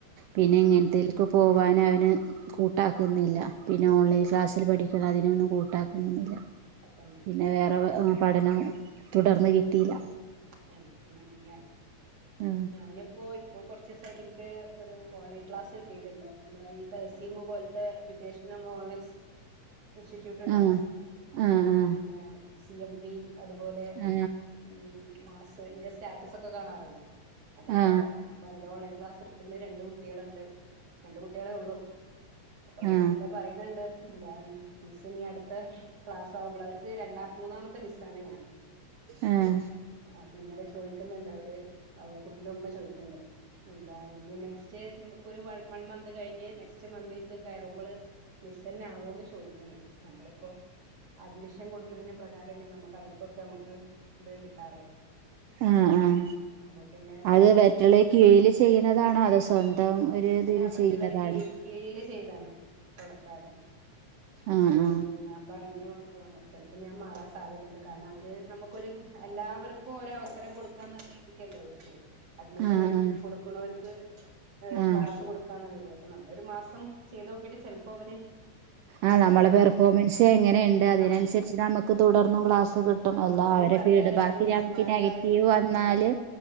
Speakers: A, on the right (about 85°); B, on the right (about 60°).
A: പിന്നെ
B: ഇല്ല
A: ഇങ്ങൻത്തേലൊക്കെ പോവാൻ അവന് കൂട്ടാക്ക്ന്നില്ല. പിന്നെ ഓൺലൈൻ
B: ഉം
A: ക്ലാ സിൽ പഠിക്കണം അതിനൊന്നും കൂട്ടാക്കുന്നൊന്നില്ല.
B: തന്നെ.
A: പിന്നെ വേറെ ആഹ് പഠനം തുടർന്ന് കിട്ടീല്ല.
B: ഏഹ് അങ്ങനേണ് ല്ലെ.
A: ആ
B: ഞാനിപ്പോ ഇപ്പോ കൊർ ച്ചീസായിട്ട് ഇൻക്ക് ഒരു ഓൺലൈൻ ക്ലാസ് കിട്ടീട്ട്ണ്ട്. നമ്മടെ ഈ തെഹ്സീം പോലത്തെ എഡ്യൂക്കേഷന് നമ്മൾ ഓൺലൈൻ <inaudible> ഇൻസ്റ്റിറ്റ്യൂട്ട് ണ്ടല്ലോ
A: ആ ആ ആ
B: നമ്മളെ സി എം വി അതുപോലെ
A: ആ
B: ഉം മാസ് ഇന്റെ സ്റ്റാറ്റസ് ഒക്കെ കാണാറ്ല്ലേ അതേപോലെ
A: ആ
B: അപ്പ അതില് ഓൺലൈൻ ക്ലാസ് ഇട്ക്കുന്ന്. രണ്ട് കുട്ട്യേള്ണ്ട്. രണ്ട് കുട്ട്യേളെ ഉള്ളു. അപ്പൊ അവര്
A: ആ
B: ഇന്നലെ പറയ്ണ് ണ്ട്. എന്താണ് മിസ് ഇനി അടുത്ത ക്ലാസ് ആകുമ്പള് അവർക്ക് രണ്ടാം മൂന്നാമത്തെ മിസ്സാണ് ഞാൻ.
A: ഏഹ്.
B: അപ്പൊ ഇന്നലെ ചോയിക്ക്ന്ന്ണ്ട് അവര് അവരെ കുട്ടിന്റെ ഉമ്മ ചോയിക്ക്ണ്ട്. എന്താണ് ഇനി നെക്സ്റ്റ് നമുക്ക് ഒരു വ വൺ മന്ത് കഴിഞ്ഞ് നെക്സ്റ്റ് മന്തിൽക്ക് കയറുമ്പള് മിസ്സെന്നെ ആവോന്ന് ചോയിക്ക് ണ് ണ്ട്. നമ്മളിപ്പോ അഡ്മിഷൻ കൊടുക്ക്ണേന് പ്രകാരല്ലേ നമുക്ക് അതിൽക്കൊക്കെ നമുക്ക് ഇത് കിട്ടാറ്.
A: ആഹ് ആഹ്.
B: അപ്പൊ പിന്നെ
A: അത് വറ്റുള്ള കീഴിൽ ചെയ്യണതാണോ അതോ സ്വന്തം ഒരു
B: അല്ല
A: ഇതിൽ
B: മറ്റുള്ളവര്
A: ചെയ്യ്ണതാണ്.
B: കീ കീഴില് ചെയ്താണ്. <unintelligible>
A: ആ
B: അപ്പോ
A: ആ
B: ഞാൻ പറഞ്ഞു ചിലപ്പം ഞാൻ മാറാൻ സാധ്യതണ്ട് കാരണം അവര് നമുക്കൊരു എല്ലാവർ ക്കും ഓരോ അവസരം കൊടുക്കാന്നുള്ള രീതിക്കല്ലേ ഓര്ക്ക് അഡ്മിഷൻ
A: ആഹ്
B: കൊടുക്ക്ണോര്ക്ക്
A: ആഹ് ആഹ്
B: ക്ലാസ് കൊടുക്കാന്ന്ള്ള രീതീല്. അപ്പം നമ്മളൊരു മാസം ചെയ്തോക്കിട്ട് ചെൽപ്പൊ അവര്
A: ആഹ്. നമ്മളെ
B: ചിലപ്പം
A: പെർഫോമൻസ് എങ്ങനെ ഇണ്ട് അതിനനുസരിച്ച്
B: ആഹ്
A: നമുക്ക് തുടർന്നും ക്ലാസ് ക്കെ കിട്ടും.
B: ആഹ് അപ്പൊ
A: അല്ലാ
B: അവര്
A: അവരെ
B: പറയാ
A: ഫീഡ്ബാക്കി
B: രണ്ട് മിസ്സുമാരൊക്കെ
A: നമുക്ക് നെഗറ്റീവ്
B: ആയിട്ട്
A: വന്നാല്
B: ആഹ്